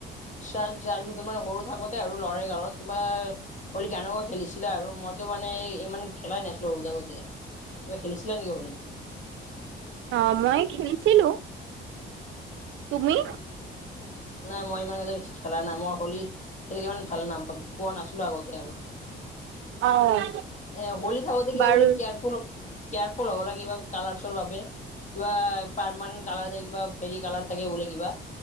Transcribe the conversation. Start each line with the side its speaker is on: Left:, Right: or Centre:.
Left: চাইল্ড চাইল্ডহুড মানে সৰু থাকোতে আৰু লৰালি কালত তোমাৰ <unintelligible> কেনেকৈ খেলিছিলা? আৰু মইতো মানে ইমান খেলাই নাছিলো সৰু থাকোতে। কিবা খেলিছিলা নেকি হলি?
Right: অ' মই খেলিছিলো। তুমি?
Left: নাই মই ইমান এ বেছি খেলা নাই, মই হলি খেলি ইমান ভাল নাপাওঁ পোৱা নাছি লো আগতে আৰু,
Right: অ'
Left: এ হলি থাকোতে কিবা
Right: বাৰু
Left: বোলে কেয়াৰফুল কেয়াৰফুল হ'ব লাগে বা কালাৰছৰ বাবে, কিবা পাৰমান্ট কালাৰ থাকিবা ফেৰী কালাৰ থাকে বলে কিবা।